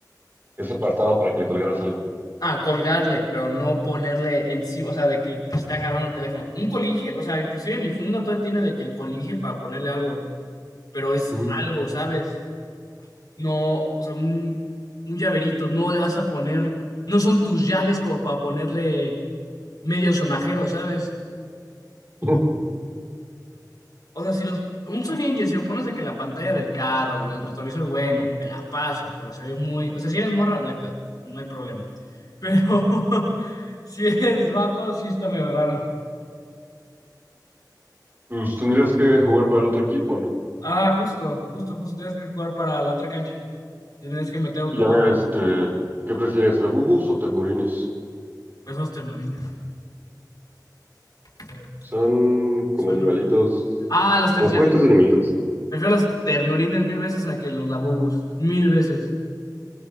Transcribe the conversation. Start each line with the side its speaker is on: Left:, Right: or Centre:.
Right: ese apartado para que le colgaras algo.
Left: ah, colgarle, pero no ponerle encima, o sea, de que, que esté agarrando el teléfono. Un colige, o sea, inclusive mi funda todavía tiene de que el colige para ponerle algo, pero es
Right: Mm.
Left: algo, ¿sabes? No, o sea, un, un llaverito, no le vas a poner, no son tus llaves como para ponerle medio sonajero, ¿sabes?
Right: <laughs>
Left: O sea, si los. Un Sony Engine, si lo pones de que la pantalla del carro, en el retrovisor, bueno, te la paso, pero se ve muy. O sea, si eres morra, no hay pedo, no hay problema. Pero <laughs> si eres vato, sí está medio raro.
Right: Pues tendrías que jugar para el otro equipo, ¿no?
Left: Ah, justo, justo, justo. Tienes que jugar para la otra cancha. Tienes que meter autogol.
Right: Y a ver, este, ¿qué prefieres, labubus o ternurines?
Left: Esos ternurines. te-
Right: Son
Left: te
Right: como
Left: suenan.
Right: animalitos,
Left: Ah, los tercias.
Right: como juguetes de animalitos.
Left: Prefiero los ternurines mil veces a que los labubus. Mil veces.